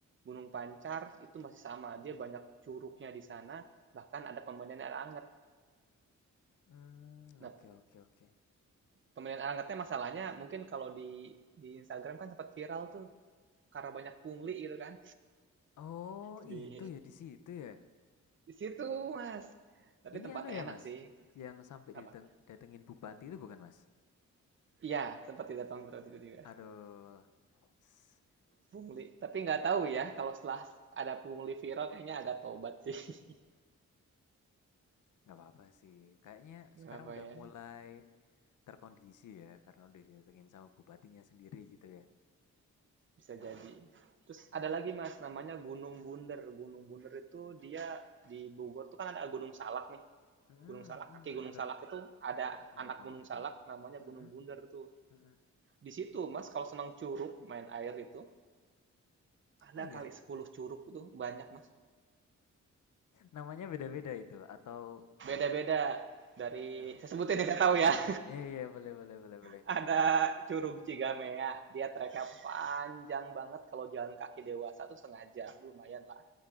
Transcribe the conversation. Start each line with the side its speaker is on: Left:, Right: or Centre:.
Right: Gunung Pancar itu masih sama, dia banyak curugnya di sana, bahkan ada pemandian air hangat
Left: Hmm,
Right: Nah,
Left: oke oke oke.
Right: pemilihan alatnya masalahnya mungkin kalau di di Instagram kan sempat viral tuh karena banyak pungli gitu kan.
Left: Oh,
Right: Di
Left: itu ya di situ ya.
Right: di situ, Mas. Tapi
Left: Ini
Right: tempatnya
Left: anu ya
Right: enak
Left: mas,
Right: sih.
Left: yang sampai
Right: Apa?
Left: didateng- datengin bupati itu bukan mas?
Right: Iya, sempat tidak betul tiba-tiba.
Left: Aduh, s-
Right: Pungli. Tapi nggak tahu ya kalau setelah ada pungli viral kayaknya agak tobat sih. <laughs>
Left: nggak apa-apa sih. Kayaknya
Right: Nggak
Left: sekarang
Right: apa
Left: udah
Right: ya.
Left: mulai terkondisi ya, karena udah didatengin sama bupatinya sendiri gitu ya.
Right: Bisa
Left: Ya,
Right: jadi. Terus
Left: nah,
Right: ada lagi mas, namanya Gunung Bunder. Gunung Bunder itu dia di Bogor tuh kan ada Gunung Salak nih.
Left: Mm-mm,
Right: Gunung Salak,
Left: mm-mm.
Right: kaki Gunung
Left: aduh,
Right: Salak itu ada
Left: terkenal
Right: anak
Left: banget
Right: Gunung Salak
Left: itu.
Right: namanya
Left: Mm-mm,
Right: Gunung Bunder tuh.
Left: mm-mm.
Right: Di situ Mas kalau senang curug, main air itu, ada
Left: Oh iya,
Right: kali 10 curug itu banyak Mas.
Left: namanya beda-beda itu atau,
Right: Beda-beda dari
Left: aduh,
Right: saya sebutin yang saya tahu ya. <laughs>
Left: iya iya boleh boleh boleh boleh.
Right: Ada curug Cigamea, dia treknya
Left: Mm-mm,
Right: panjang banget kalau jalan kaki dewasa tuh setengah jam, lumayan lah.